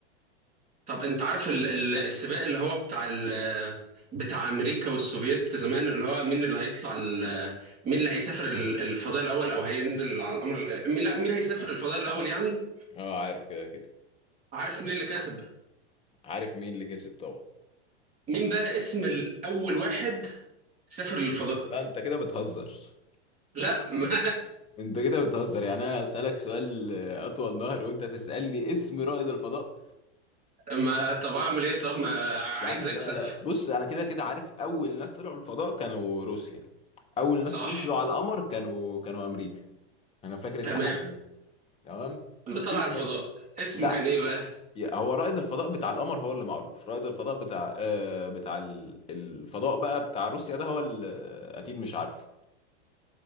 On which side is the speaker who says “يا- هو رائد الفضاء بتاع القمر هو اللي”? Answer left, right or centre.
Left